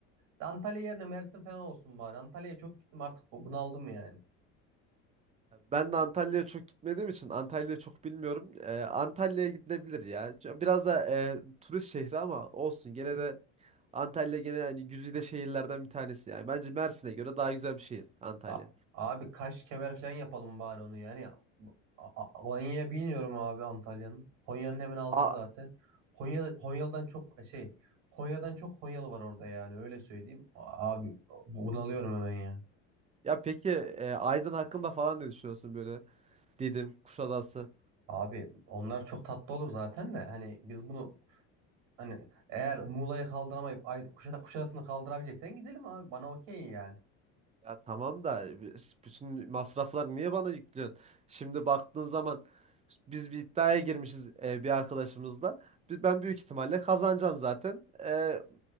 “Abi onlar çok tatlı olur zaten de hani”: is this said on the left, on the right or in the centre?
Right